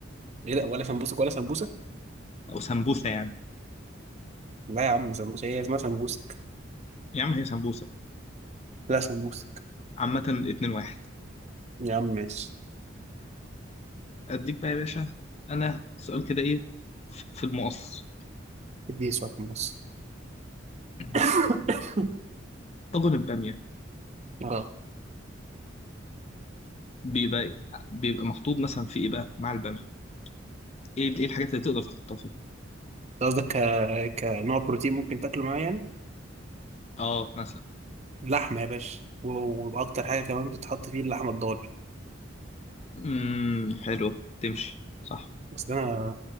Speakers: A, on the right (about 35°); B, on the left (about 35°).
A: ايه لا ولا سمبوسك ولا سمبوسه
B: أو سمبوسة يعني
A: لا يا عم سمبوسه ايه اسمها سمبوسك
B: يا عم هي سمبوسة
A: لا سمبوسك
B: عامة الاتنين واحد
A: يا عم ماشي
B: أديك بقى يا باشا أنا سؤال كده إيه في في المقص
A: اديني سؤال في النص
B: <clears throat>
A: <coughs>
B: طاجن البامية
A: اه
B: بيبقى بيبقى محطوط مثلا في إيه بقى مع البامية إيه إيه الحاجات اللي تقدر تحطها فيه
A: قصدك ك... كنوع بروتين ممكن تاكله معاه يعني
B: آه مثلا
A: لحمه يا باشا و... واكتر حاجه كمان بتتحط فيه اللحمه الضاني
B: امم حلوة تمشي صح
A: بس انا